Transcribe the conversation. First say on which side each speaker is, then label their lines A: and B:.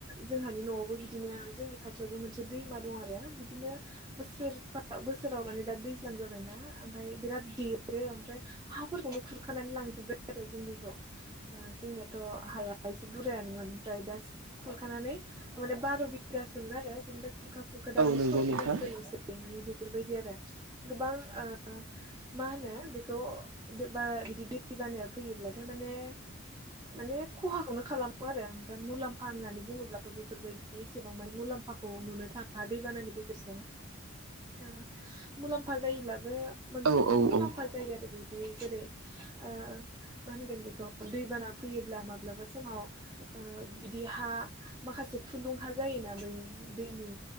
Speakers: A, on the right; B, on the right.
A: जोंहानि न'आवबो बिदिनो जोंनि खाथियावबो मोनसे दैमा दं आरो बिदिनो बोसोराव बोसोर बोसोराव माने दा दैज्लां जाबायना ओमफ्राय बिराद देरो ओमफ्राय हाफोरखौनो खुरखानानै लांजोब आरो जोंनिखौ जोंनियाथ' हाया एसे बुरायानोमोन ओमफ्राय दा खुरखानानै माने बार' बिगासोमोन आरो बेनिफ्राय खुरखा खुरखा दा
B: औ
A: माने
B: नंगौ
A: सय
B: नोंथां।
A: बिगासोल'सै माने बेफोरबायदि आरो गोबां ओ ओ मा होनो बेखौ बा बिदि दै बानाया फैयोब्लाथाय माने माने खहाखौनो खालामो आरो ओमफ्राय मुलाम्फा होननानै बुङोब्लाथ' बेफोरबायदि एसेबां माने मुलाम्फा मलाम्फाखौ नुनो थाङा दैबानानि गेजेरजों मुलाम्फा जायोब्लाबो मोनसे
B: औ
A: मोननै
B: औ
A: मुलाम्फा
B: औ
A: जायो आरो बिदि जेरै ओ मा होनगोन बेखौ दैबाना फैयोब्ला माब्लाबा समाव ओ बिदि हा माखासे फुलुं हा जायोना बै दैनि